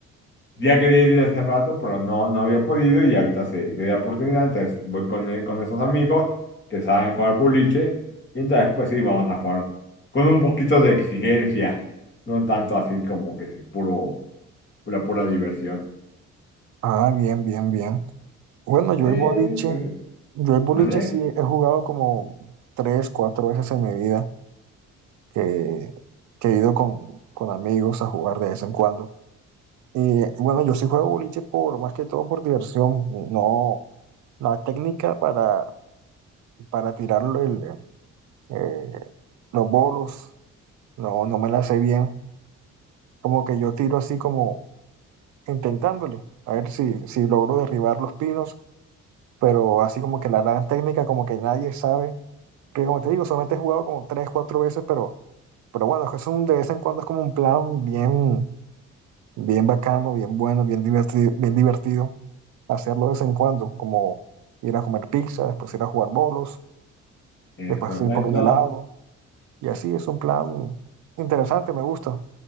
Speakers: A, on the left; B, on the right.
A: Ya quería ir hace rato, pero no, no había podido y ahorita sí, se da oportunidad, entonces voy con, eh, con esos amigos que saben jugar boliche y entonces pues sí, vamos a jugar con un poquito de exigencia, no tanto así como que es puro, pura, pura diversión.
B: Ah, bien, bien, bien. Bueno, yo
A: Eh,
B: el boliche,
A: pues,
B: yo el boliche
A: ¿vale?
B: sí he jugado como tres, cuatro veces en mi vida, que, que he ido con, con amigos a jugar de vez en cuando. Y bueno, yo sí juego boliche por, más que todo por diversión, no, la técnica para, para tirar el, eh, los bolos, no, no me la sé bien como que yo tiro así como intentándole, a ver si, si logro derribar los pinos, pero así como que la gran técnica como que nadie sabe, porque como te digo, solamente he jugado como tres, cuatro veces, pero, pero bueno, es un, de vez en cuando es como un plan bien, bien bacano, bien bueno, bien divertido, bien divertido hacerlo de vez en cuando, como ir a comer pizza, después ir a jugar bolos,
A: Es
B: después
A: correcto.
B: ir por un helado, y así es un plan interesante, me gusta.